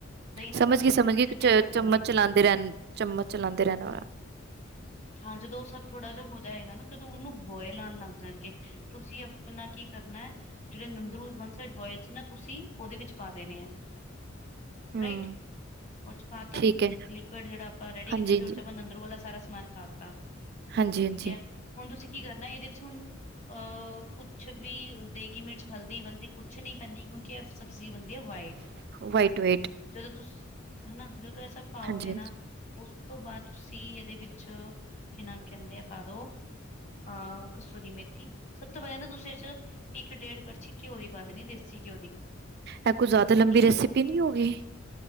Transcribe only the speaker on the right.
ਸਮਝ
ਗਈ,
ਸਮਝ
ਗਈ
ਚ
ਚਮਚ ਚਲਾਉਂਦੇ ਰਹਿਣ ਚਮਚ ਚਲਾਉਂਦੇ ਰਹਿਣ ਵਾਲਾ।
ਹੂੰ
ਠੀਕ ਹੈ
ਹਾਂਜੀ
ਹਾਂਜੀ
ਹਾਂਜੀ ਹਾਂਜੀ
ਵਾਈਟ ਵਾਈਟ
ਹਾਂਜੀ ਹਾਂਜੀ
ਇਹ ਕੁਛ ਜ਼ਿਆਦਾ ਲੰਬੀ
ਰੈਸਿਪੀ
ਨਹੀਂ ਹੋਗੀ ਇਹ